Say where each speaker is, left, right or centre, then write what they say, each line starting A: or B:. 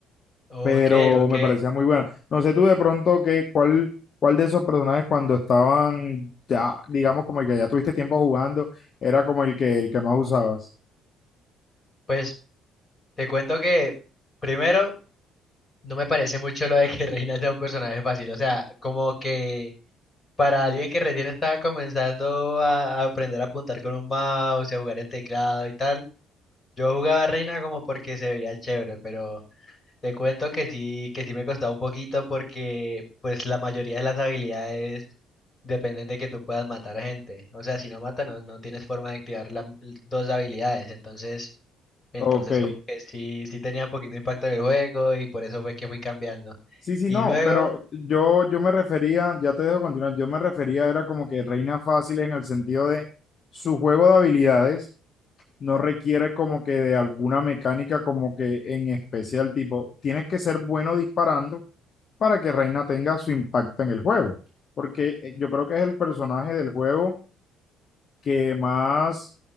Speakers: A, on the left; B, on the left.
A: Ok,
B: pero
A: ok.
B: me parecía muy buena. No sé tú de pronto que, cuál, cuál de esos personajes cuando estaban ya, digamos, como el que ya tuviste tiempo jugando, era como el que, el que más usabas.
A: Pues te cuento que primero no me parece mucho lo de que <laughs> Reina sea un personaje fácil. O sea, como que para alguien que recién estaba comenzando a, a aprender a apuntar con un mouse y a jugar en teclado y tal, yo jugaba a Reina como porque se veía chévere, pero Te cuento que sí, que sí me costaba un poquito porque pues la mayoría de las habilidades dependen de que tú puedas matar a gente. O sea, si no mata, no, no tienes forma de activar las dos habilidades. Entonces, entonces
B: Ok.
A: como que sí, sí tenía un poquito de impacto en el juego y por eso fue que fui cambiando.
B: Sí, sí,
A: Y
B: no,
A: luego,
B: pero yo, yo me refería, ya te dejo continuar, yo me refería, era como que reina fácil en el sentido de su juego de habilidades no requiere como que de alguna mecánica como que en especial tipo, tienes que ser bueno disparando para que Reina tenga su impacto en el juego. Porque eh, yo creo que es el personaje del juego que más